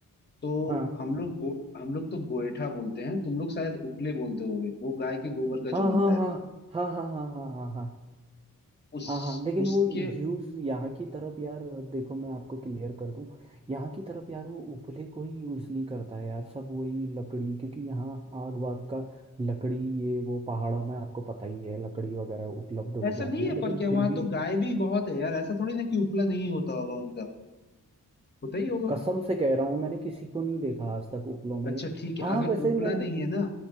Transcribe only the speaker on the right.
हाँ
हाँ
हाँ
हाँ हाँ हाँ हाँ हाँ हाँ हाँ
हाँ हाँ लेकिन
वो यूज यहाँ की तरफ यार देखो मैं आपको क्लियर कर दूं यहाँ की तरफ यार वो उपले को ही यूज नहीं करता है यार सब वही लकड़ी क्योंकि यहाँ आग वाग का लकड़ी ये वो पहाड़ों में आपको पता ही है लकड़ी वगैरह उपलब्ध हो
जाती
है
लेकिन
फिर भी
कसम से कह रहा हूँ मैंने किसी को नहीं देखा आज तक उपलों में
ये।
हाँ
वैसे
मैंने